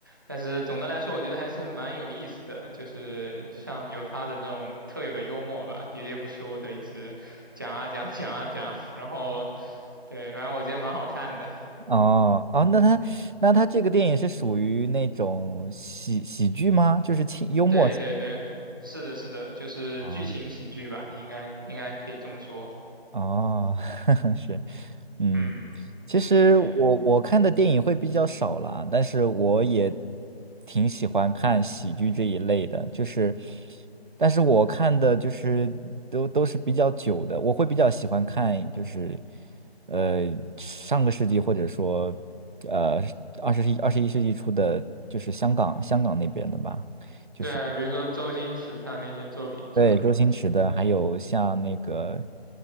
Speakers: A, on the right; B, on the right.
A: 但是总的来说，我觉得还是蛮有意思的，就是像有他的那种特有的幽默吧，喋喋不休的一直讲啊讲讲啊讲，然后对，反正我觉得蛮好看的。
B: 哦，哦，那它，那它这个电影是属于那种喜喜剧吗？就是轻幽默。
A: 对对对，是的，是的，就是剧情喜剧吧，
B: 哦，
A: 应该应该可以这么说。
B: 哦，<laughs> 是，嗯。
A: 嗯，
B: 其实我我看的电影会比较少啦，
A: 对
B: 但是我也挺喜欢看喜剧这一类的，就是，但是我看的就是都都是比较久的，我会比较喜欢看就是，呃，上个世纪或者说，呃，二十一二十一世纪初的，就是香港香港那边的吧，就是
A: 对啊，比如说周星驰他那些作品是吧？
B: 对周星驰的，还有像那个，